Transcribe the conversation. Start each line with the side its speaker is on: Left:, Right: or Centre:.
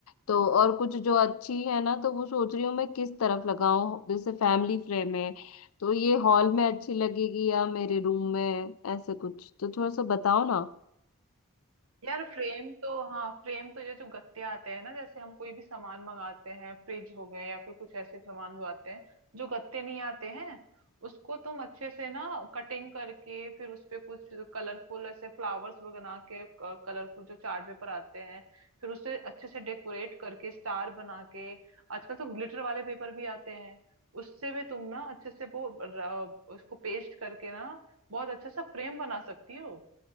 Left: तो और कुछ जो अच्छी है ना तो वो सोच रही हूँ मैं किस तरफ लगाऊं जैसे फैमिली फ्रेम है तो ये हॉल में अच्छी लगेगी या मेरे रूम में ऐसे कुछ तो थोड़ा सा बताओ ना
Right: यार फ्रेम तो हाँ फ्रेम तो ये जो गत्ते आते हैं ना जैसे हम कोई भी सामान मंगाते हैं फ्रिज हो गए या फिर कुछ ऐसे सामान जो आते हैं जो गत्ते नहीं आते हैं उसको तुम अच्छे से ना कटिंग करके फिर उस पे कुछ कलरफुल ऐसे फ्लावर्स बना के कलरफुल जो चार्ट पेपर आते हैं फिर उसे अच्छे से डेकोरेट करके स्टार बना के आजकल तो ग्लिटर वाले पेपर भी आते हैं उससे भी तुम ना अच्छे से वो र- उसको पेस्ट करके ना बहुत अच्छा सा फ्रेम बना सकती हो